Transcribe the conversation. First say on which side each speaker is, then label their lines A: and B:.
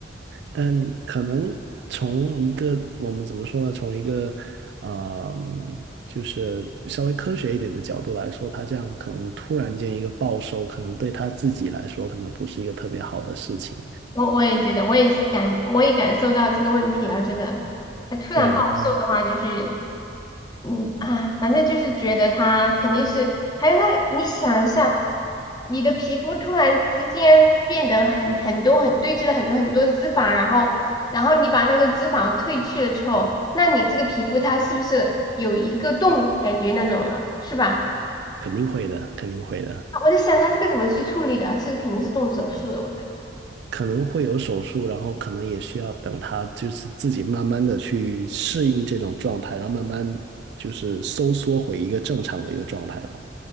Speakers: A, on the right; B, on the left.
A: 但可能从一个我们怎么说呢，从一个嗯、就是稍微科学一点的角度来说，他这样可能突然间一个暴瘦，可能对他自己来说可能不是一个特别好的事情。
B: 我我也觉得，我也感我也感受到这个问题了，真的，她突然暴瘦的话，
A: 对，但
B: 就是嗯啊，反正就是觉得它肯定是，还有它，你想一下，你的皮肤突然之间变得很很多很堆积了很多很多脂肪，然后然后你把那个脂肪褪去了之后，那你这个皮肤它是不是有一个洞感觉那种了，是吧？
A: 肯定会的，肯定会的。
B: 我在想它这个怎么去处理的，是肯定是动手术的，我觉得。
A: 可能会有手术，然后可能也需要等他就是自己慢慢的去适应这种状态，然后慢慢就是收缩回一个正常的一个状态了。